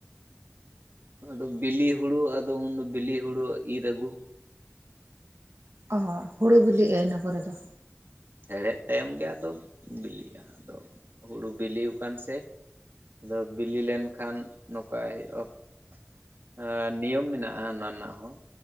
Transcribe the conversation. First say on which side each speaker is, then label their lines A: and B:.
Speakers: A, on the right; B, on the right.
A: ᱟᱫᱚ ᱵᱤᱞᱤ ᱦᱩᱲᱩ ᱟᱫᱚ ᱩᱱᱚᱫᱚ ᱵᱤᱞᱤ ᱦᱩᱲᱩ ᱨᱟᱹᱜᱩ
B: ᱚ ᱦᱩᱲᱩ ᱵᱤᱞᱤᱜᱼᱟ ᱤᱱᱟᱹ ᱯᱚᱨᱮ ᱫᱚ
A: ᱦᱮᱲᱦᱮᱫ ᱛᱟᱭᱚᱢ ᱜᱮ ᱟᱫᱚ ᱵᱤᱞᱤᱜᱼᱟ ᱟᱫᱚ ᱦᱩᱲᱩ ᱵᱤᱞᱤᱣ ᱠᱟᱱ ᱥᱮ ᱟᱫᱚ ᱵᱤᱞᱤ ᱞᱮᱱ ᱠᱷᱟᱱ ᱱᱚᱠᱟᱭ ᱦᱩᱭᱩᱜᱼᱟ ᱾ ᱦᱮᱸ ᱱᱤᱭᱚᱢ ᱢᱮᱱᱟᱜᱼᱟ ᱚᱱᱟ ᱨᱮᱱᱟᱜ ᱦᱚᱸ